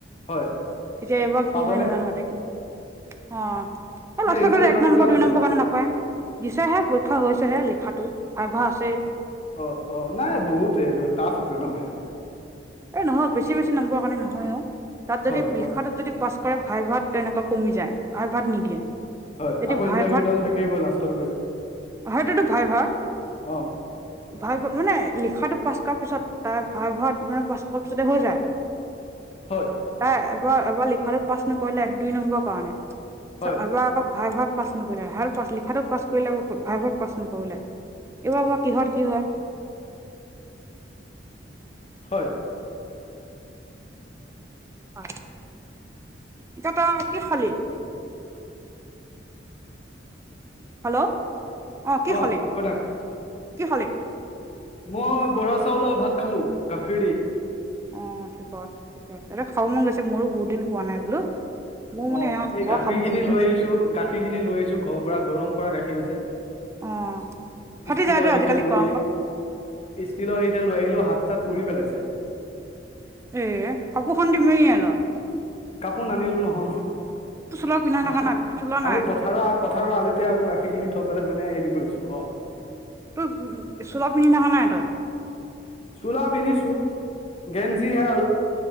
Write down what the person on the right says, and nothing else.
এতিয়া এইবাৰ কি
হয় নাজানো তাইক <unintelligible>
এক নম্বৰ
দুই
নম্বৰ কাৰণে নাপায়। দিছেহে পৰীক্ষা হৈছেহে লিখাটো। ভাব্যা আছেই।
এ নহয় বেছি বেছি নম্বৰ কাৰণে নহয়ও, তাত যদি
লিখাটো যদি পাছ কৰে ভাইভাত তেনেকুৱা কমি যায়, ভাই ভাত নিদিয়ে।
যদি
ভাই
সেইটোৱেইটো ভাইভা।
ভাইভা মানে লিখাটো পাছ কৰা পিছত তাৰ ভাইভাত মানে- পাঁচ্শ পিছতে হৈ যায়।
তাই এবাৰ এবাৰ লিখাটোত পাছ নকৰিলে এক দুই নম্বৰৰ কাৰণে।
এবাৰ- ভাইভাৱ পাছ নকৰিলে, ভ পাছ। লিখাতোত পাছ কৰিলে, ভাইভাৱ পাছ নকৰিলে। এইবাৰ বাৰু কিহত কি হয়।
হয়, এতিয়া তই কি খালি? হেল্ল' অঁ, কি
খালি,
কি খালি?
অঁ' ঠিক আছে ঠিকে আছে, এই খাব মন গৈছে, মোৰো বহুত দিন খোৱা নাই বোলো। মোৰ মানে
বৰ
খাব
মন
গৈছে
অ ফাটি
যায় দে আজিকালি
গৰমত
এ কাপোৰখন দি মেৰিয়াই ল।
তোৰ চোলা পিন্ধা থকা নাই চোলা নাই
তই চোলা পিন্ধি থখা নাই তই?